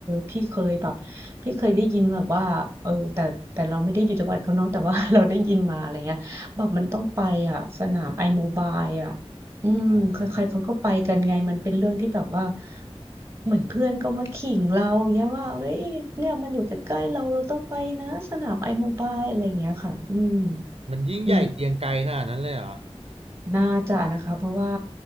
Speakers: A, on the right (about 25°); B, on the right (about 70°).
A: พี่เคยแบบพี่เคยได้ยินแบบว่าเออแต่แต่เราไม่ได้อยู่จังหวัดเขาเนาะแต่ว่า <laughs> เราได้ยินมาอะไรเงี้ยแบบมันต้องไปอ่ะสนามไอโมบายอ่ะอืมใครๆเขาก็ไปกันไงมันเป็นเรื่องที่แบบว่า
B: อ่า
A: เหมือนเพื่อนก็มาขิงเราเนี้ยว่าเฮ้ยเนี่ยมันอยู่ใกล้ๆเราเราต้องไปนะสนามไอโมบายอะไรเงี้ยค่ะอืม
B: มันยิ่งใหญ่เกรียงไกรขนาดนั้นเลยเหรอ
A: เนี่ย น่าจะนะคะเพราะว่า